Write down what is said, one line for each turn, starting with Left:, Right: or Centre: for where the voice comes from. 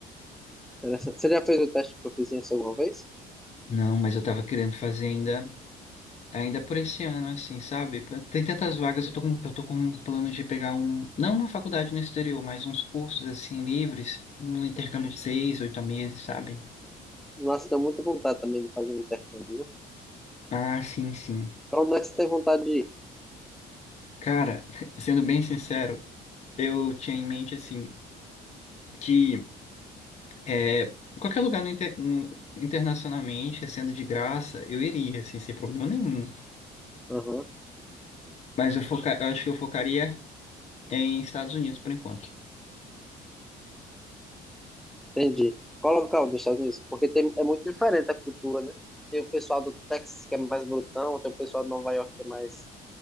Centre: Interessante. Você já fez o teste de proficiência alguma vez?
Left: Não, mas eu tava querendo fazer ainda, ainda por esse ano, assim, sabe? Tem tantas vagas, eu tô com, eu tô com um plano de pegar um, não uma faculdade no exterior, mas uns cursos, assim, livres, um intercâmbio de seis, oito meses, sabe?
Centre: Nossa, tenho muita vontade também de fazer um intercâmbio. viu?
Left: Ah, sim, sim.
Centre: Pra onde é que você tem vontade de ir?
Left: Cara, <laughs> sendo bem sincero, eu tinha em mente assim que é, qualquer lugar no inter- no- internacionalmente, sendo de graça, eu iria, assim, sem problema nenhum.
Centre: Aham,
Left: Mas eu, foca, eu acho que eu focaria em Estados Unidos por enquanto.
Centre: entendi. Qual local dos Estados Unidos? Porque tem, é muito diferente a cultura, né? Tem o pessoal do Texas que é mais brutão, tem o pessoal de Nova York que é mais